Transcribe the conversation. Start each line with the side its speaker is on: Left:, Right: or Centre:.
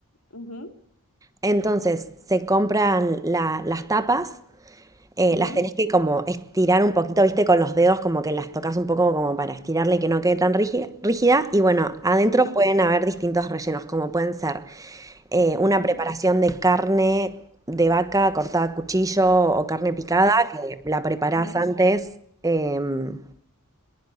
Left: ujú,
Right: Entonces, se compran la- las tapas, eh,
Left: ujú,
Right: las tenés que como estirar un poquito, viste, con los dedos, como que las tocas un poco como para estirarla y que no quede tan rígi- rígida. Y bueno, adentro
Left: ujú,
Right: pueden haber distintos rellenos, como pueden ser eh, una
Left: ujú,
Right: preparación de carne de vaca cortada a cuchillo o carne picada, que la preparás
Left: ujú,
Right: antes em,